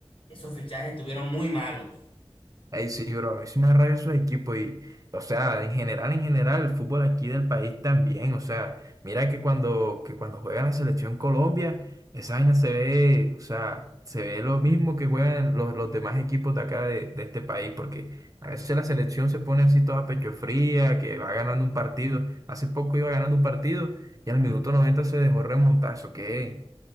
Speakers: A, on the left; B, on the right.
A: Esos fichajes estuvieron muy malos.
B: Ay, sí, bro, a mí sí me da rabia esos equipos y, o sea, en general, en general, el fútbol aquí del país también, o sea, mira que cuando, que cuando juega la selección Colombia, esa vaina se ve, o sea, se ve lo mismo que juegan los, los demás equipos de acá de, de este país, porque a veces la selección se pone así toda pecho fría, que va ganando un partido, hace poco iba ganando un partido y al minuto 90 se dejó remontar, ¿eso qué es?